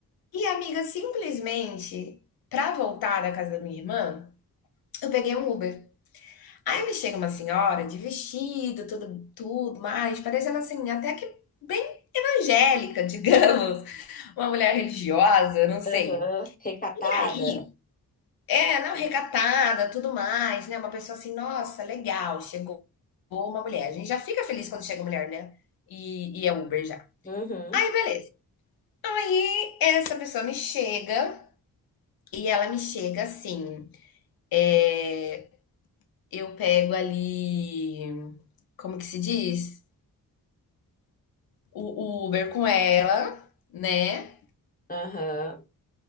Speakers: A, on the left; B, on the left.
A: E, amiga, simplesmente, pra voltar da casa da minha irmã, eu peguei um Uber. Aí me chega uma senhora de vestido, tudo, tudo mais, parecendo assim, até que bem evangélica, <laughs> digamos, uma mulher religiosa, não sei.
B: Aham. Recatada.
A: E aí, é, não, recatada, tudo mais, né? Uma pessoa assim, nossa, legal, chegou uma mulher. A gente já fica feliz quando chega mulher, né? E, e é Uber já.
B: Uhum.
A: Aí, beleza. Aí, essa pessoa me chega e ela me chega assim, é, eu pego ali, como que se diz? o Uber com ela, né?
B: Aham.